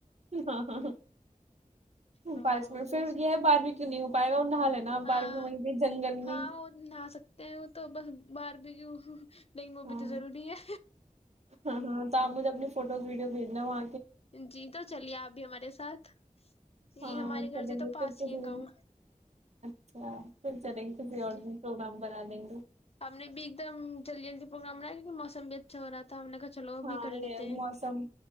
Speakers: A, on the right; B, on the left.
A: ہاں ہاں ہاں
B: ہاں
A: بائیس منٹ
B: بس
A: پھر یہ ہے بعد میں کیوں نہیں ہو پائے گا نہا لینا آپ
B: ہاں
A: بارش میں وہیں پہ جنگل
B: ہاں
A: میں
B: وہ نہا سکتے ہیں وہ تو بس بار ایک <unintelligible> نہیں موبھی
A: ہاں
B: تو ضروری ہے
A: ہاں ہاں تو آپ مجھے اپنی فوٹوز وڈیو بھیجنا آ
B: جی تو چلیے آپ بھی ہمارے ساتھ یہ
A: ہاں
B: ہمارے گھر
A: چلیں
B: سے تو
A: گے
B: پاس
A: پھر کسی
B: ہی ہے گاؤں
A: دن اچھا <unintelligible> پھر چلیں گے آن
B: جی
A: پروگرام بنا دیں گے
B: ہم نے بھی ایک دم جلدی جلدی پروگرام بنایا کیونکہ موسم بھی اچھا رہا تھا ہم نے کہا چلو وہ
A: ہاں
B: بھی کر
A: یہ
B: لیتے ہیں
A: موسم